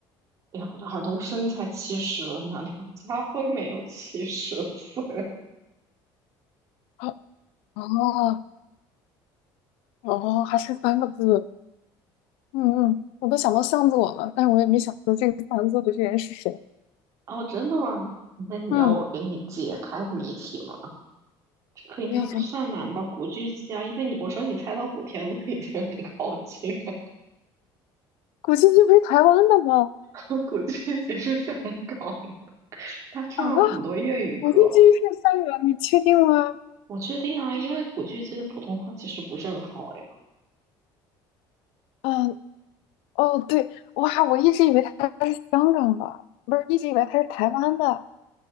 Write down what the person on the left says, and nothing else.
啊哦哦，还是三个字，嗯嗯，我都想到向佐了，但是我也没想出这个三个字的这人是谁。
嗯，
可以可以，
古巨基不是台湾的吗？
啊，古巨基是香港，你确定吗？
嗯，哦对，哇，我一直以为他是香港的，不是，一直以为他是台湾的。